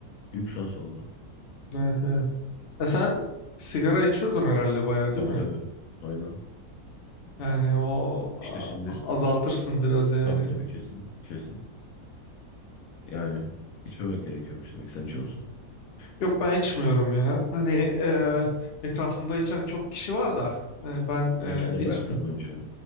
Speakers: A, on the left; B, on the left.
A: büyük şans valla.
B: Evet evet. E sen sigara içiyordun herhalde bayağı değil
A: Tabii
B: mi?
A: tabii. Aynen.
B: Yani o a-
A: İşte şimdi
B: ah, azaltırsın biraz yani.
A: tabii tabii kesin kesin. Yani içmemek gerekiyormuş demek. Sen içiyor musun?
B: Yok ben içmiyorum ya. Hani e, etrafımda içen çok kişi var da hani ben e,
A: Hepsini
B: içmiyorum.
A: bıraktır bence.